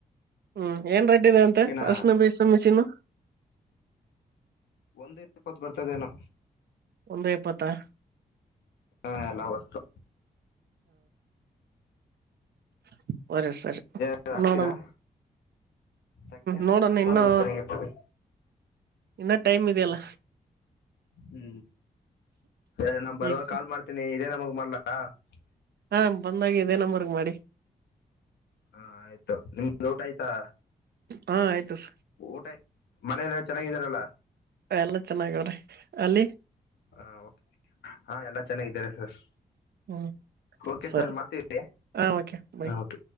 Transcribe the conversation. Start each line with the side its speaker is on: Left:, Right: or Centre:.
Right: ಹೂಂ ಏನ್ ಬೈತಿನಂತೆ
Left: ಓಕೆನಾ
Right: ವಾಷ್ನ ಬೇಸಿನ ಮೆಷಿನು.
Left: ಒಂದು ಇಪ್ಪತ್ತು ಬರ್ತದೇನೋ.
Right: ಒಂದು ಎಪ್ಪತ್ತ?
Left: ಹಾ ಎಲ್ಲ ವಸ್ತು.
Right: <inaudible> <unintelligible>
Left: ಏ, ಹಾಕ್ತೀರಾ
Right: ಹೂ
Left: ಸೆಕೆಂಡ್
Right: ನೋಡನ
Left: ಇದ್ರೆ ಹಾಕೊಳ್ಳಿ
Right: ಇನ್ನೂ
Left: ಚೆನ್ನಾಗಿರ್ತದೆ
Right: ಇನ್ನ ಟೈಮ್ ಇದಿಯಲ್ಲ
Left: ಹೂ ಸರಿ. ನಾನ್ ಬರುವಾಗ
Right: ಈಗ
Left: ಕಾಲ್ ಮಾಡ್ತೀನಿ ಇದೆ ನಂಬರ್ <unintelligible>
Right: ಅಹ್ ಬಂದಾಗ್ ಇದೆ ನಂಬರ್ಗೆ ಮಾಡಿ
Left: ಹಾ ಆಯ್ತು, ನಿಮ್ದು ಊಟ ಆಯ್ತಾ?
Right: ಹ ಆಯ್ತು ಸಾರ್
Left: ಊಟ ಮನೇಲ್ ಎಲ್ಲ ಚನ್ನಾಗಿದರಲ?
Right: ಎಲ್ಲಾ ಚೆನ್ನಾಗವ್ರೆ ಅಲ್ಲಿ
Left: ಹ ಓಕೆ, ಆ ಎಲ್ಲ ಚೆನ್ನಾಗಿದ್ದಾರೆ ಸರ್
Right: ಹೂ
Left: ಓಕೆ
Right: ಸರಿ,
Left: ಸರ್ ಮಾಡ್ತೀವಿ
Right: ಹ ಓಕೆ ಬಾಯ್
Left: ಹಾ ಓಕೆ